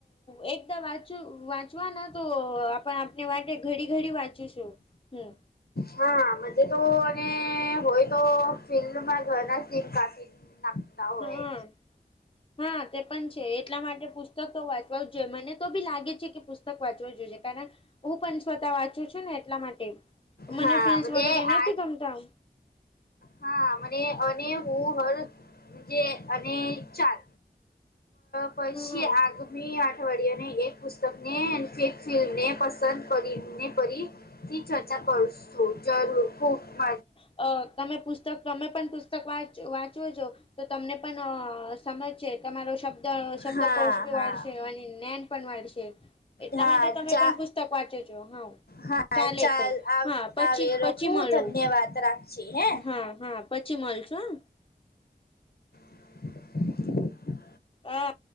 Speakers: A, on the left (about 30°); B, on the left (about 65°).
A: <inaudible> વાંચવાના તો આપણે આપને વાંટે ઘડી ઘડી વાંચીશું હમ
B: હા મજે તો અને હોય તો ફિલ્મમાં ઘરના સિન કાફી નાખતા હોય
A: હા હા તે પણ છે એટલા માટે પુસ્તક તો વાંચવા જ જોઈએ મને તો બી લાગે છે કે પુસ્તક વાંચવું જ જોઈએ કારણ હું પણ સ્વતા વાંચું છું ને એટલા માટે મને
B: હા
A: ફીલ્સ
B: મજે
A: વગેરે નથી
B: આ
A: ગમતા
B: હા મને અને હું હલ જે અને ચાર પછી
A: હમ
B: આગ મી અઠવાડિયાને એક પુસ્તકને ફેક ફિલ્મ ને પસંદ કરી ને પરી થી ચર્ચા કરશુ જરૂર ખૂબ મ
A: અ તમે પુસ્તક તમે પણ પુસ્તક વાંચવો છો તો તમને પણ સમજ કે તમારો શબ્દકોશ
B: હા
A: ભી
B: હા
A: વળશે અને જ્ઞાન પણ વળશે એટલા
B: હા
A: માટે તમે
B: ચા
A: પણ પુસ્તક વાંચો છો હા
B: હા
A: ચાલે
B: ચાલ
A: પહી
B: આવ
A: હા પછી પછી
B: <unintelligible>
A: મળું
B: ધન્યવાદ રાખીએ હે
A: હા હા પછી મળશું
B: <inaudible>
A: અ